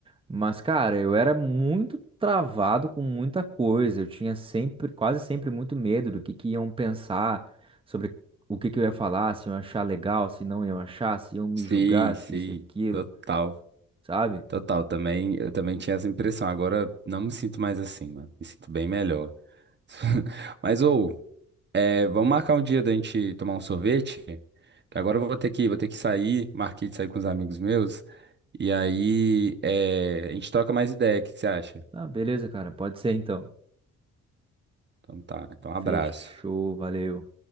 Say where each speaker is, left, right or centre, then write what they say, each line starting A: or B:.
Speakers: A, on the right; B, on the right.
A: Mas, cara, eu era muito travado com muita coisa. Eu tinha sempre, quase sempre muito medo do que que iam pensar sobre o que que eu ia falar, se iam achar legal, se não iam achar, se iam me
B: Sim,
A: julgar,
B: sim,
A: se isso e aquilo,
B: total.
A: sabe?
B: Total, também, eu também tinha essa impressão. Agora não me sinto mais assim, mano. Me sinto bem melhor. <laughs> Mas, ou, é, vamos marcar um dia da gente tomar um sorvete? Que agora eu vou ter que, vou ter que sair, marquei de sair com os amigos meus. E aí, é, a gente troca mais ideia, o que que você acha?
A: Ah, beleza, cara, pode ser então.
B: Então tá, então um
A: Fechou,
B: abraço.
A: valeu.